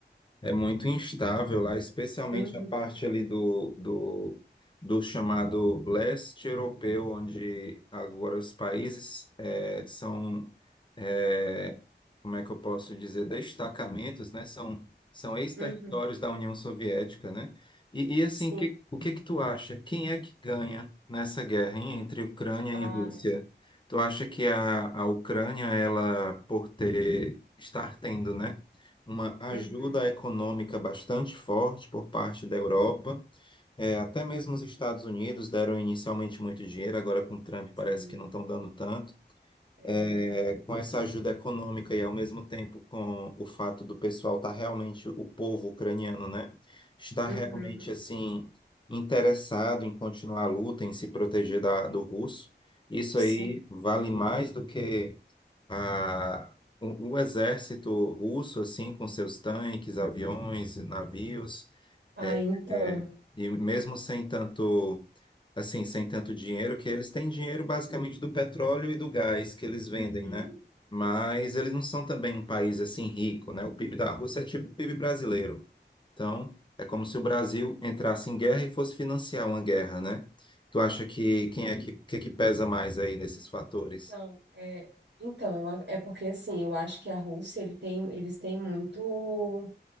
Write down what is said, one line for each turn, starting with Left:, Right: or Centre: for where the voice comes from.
Left: é muito instável lá, especialmente
Right: Uhum,
Left: a parte ali do, do, do chamado leste europeu, onde agora os países eh, são, eh, como é que eu posso dizer, destacamentos, né? São, são ex-territórios
Right: uhum,
Left: da União Soviética, né? E, e assim,
Right: sim.
Left: que, o que que tu acha? Quem é que ganha nessa guerra, hein, entre Ucrânia e
Right: Ai,
Left: Rússia? Tu acha que a, a Ucrânia, ela, por ter, estar tendo, né, uma ajuda
Right: uhum.
Left: econômica bastante forte por parte da Europa, é, até mesmo os Estados Unidos deram inicialmente muito dinheiro, agora com Trump parece
Right: Sim,
Left: que não estão dando tanto
Right: é, não
Left: é,
Right: tá.
Left: com essa ajuda econômica e ao mesmo tempo com o fato do pessoal estar realmente, o povo ucraniano, né, está realmente
Right: Uhum,
Left: assim interessado em continuar a luta, em se proteger da, do russo. Isso
Right: sim.
Left: aí vale mais do que a, o, o exército russo, assim, com seus tanques, aviões, navios.
Right: Ah,
Left: É,
Right: então.
Left: é, e mesmo sem tanto, assim, sem tanto dinheiro, que eles têm dinheiro basicamente do petróleo e do gás que eles vendem,
Right: Uhum.
Left: né? Mas eles não são também um país assim rico, né? O PIB da Rússia é tipo o PIB brasileiro. Então, é como se o Brasil entrasse em guerra e fosse financiar uma guerra, né? Tu acha que quem é que, que, é que pesa mais aí nesses fatores?
Right: Então, é, então eu, a- é porque assim, eu acho que a Rússia, ele tem, eles têm muito.